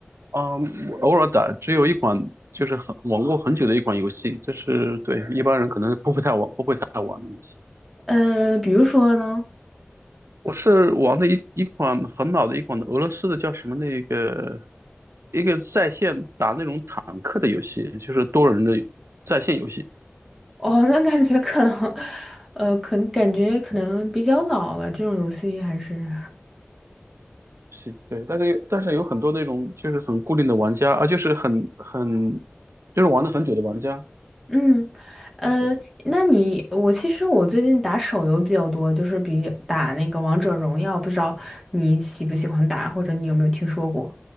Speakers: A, on the right; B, in the centre.
A: 啊，我偶尔打，只有一款就是很玩过很久的一款游戏，这是对一般人可能不会太玩，不会太玩的游戏。
B: 呃，比如说呢？
A: 我是玩的一一款很老的一款的俄罗斯的叫什么那个一个在线打那种坦克的游戏，就是多人的在线游戏。
B: <laughs> 哦，那感觉可能，呃，可能感觉可能比较老了，这种游戏还是，
A: 是，对，但是但是有很多那种就是很固定的玩家啊，就是很很就是玩了很久的玩家。
B: <laughs> 嗯，呃，
A: 对
B: 那你我其实我最近打手游比较多，就是比打那个王者荣耀，不知道你喜不喜欢打，或者你有没有听说过？